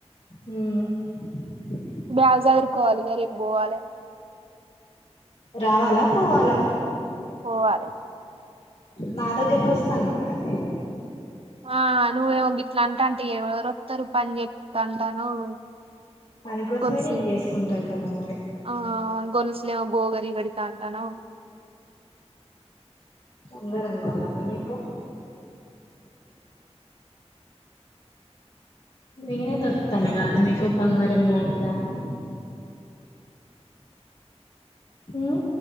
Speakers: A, on the left (about 55°); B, on the right (about 55°).
A: మ్
B: బ్యాగ్ సదరు కోవలె ఇగ రేప్ పోవాలె
A: రావాలా పోవాలా
B: పోవాలే
A: నా దగ్గరకు వస్తా అన్నావ్ కదే
B: ఆ నువేమో గిట్ల అంటంటే ఇగ ఎవరు ఓతారు పని చెప్తా అంటన్నావ్
A: పని కోసమే
B: గోల్సు
A: నేను చేసుకుంటాంటాను మరి
B: ఆ గోల్సులేమో బోగా గిరిపెడ్తంటన్నావ్
A: ఉంగరం కావాలా మరి నీకు నేనే దొరుకుతాన్న కాదా నీకు బంగారం లాంటిదాన్ని హ్మ్